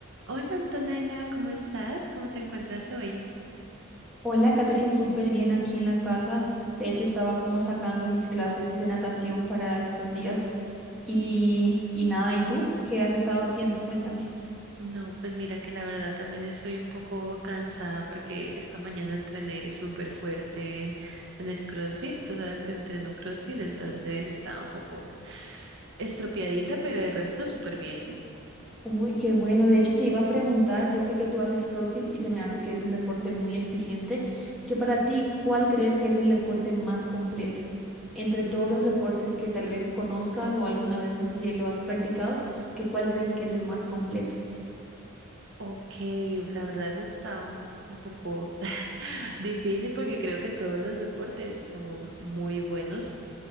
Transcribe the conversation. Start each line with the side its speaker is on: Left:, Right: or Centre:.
Right: Hola Antonella, ¿cómo estás? ¿Cómo te encuentras hoy?
Centre: Hola, Catherine, súper bien aquí en la casa. De hecho, estaba como sacando mis clases de natación para estos días. Y, y nada, ¿y tú qué has estado haciendo? Cuéntame.
Right: No, pues mira que la verdad también estoy un poco cansada porque esta mañana entrené súper fuerte en el CrossFit. Tú sabes que entreno CrossFit, entonces estaba un poco <sighs> estropeadita, pero el resto súper bien.
Centre: Uy, qué bueno. De hecho, te iba a preguntar, yo sé que tú haces CrossFit y se me hace que es un deporte muy exigente, que para ti, ¿cuál crees que es el deporte más completo? Entre todos los deportes que tal vez conozcas o alguna vez, no sé si lo has practicado, que cuál crees que es el más completo?
Right: Ok, la verdad eso está un, un poco <laughs> difícil porque creo que todos los deportes son muy buenos.